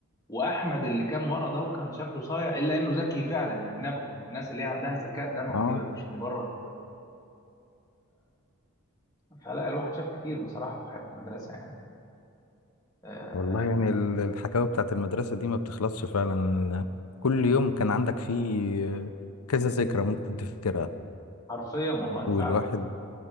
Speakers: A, on the left; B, on the left.
A: واحمد اللي كان ورا ده وكان شكله صايع الا انه ذكي فعلا يعني نبغه الناس اللي هي عندها الذكاء ده موهبه
B: اه
A: مش مجرد فلا الواحد شاف كتير بصراحه في حياه المدرسه يعني آه
B: والله يعني ال- الحكاوي بتاعت المدرسة دي ما بتخلصش فعلا كل يوم كان عندك فيه كذا ذكرى ممكن تفتكرها
A: حرفيا والله
B: والواحد
A: فعلا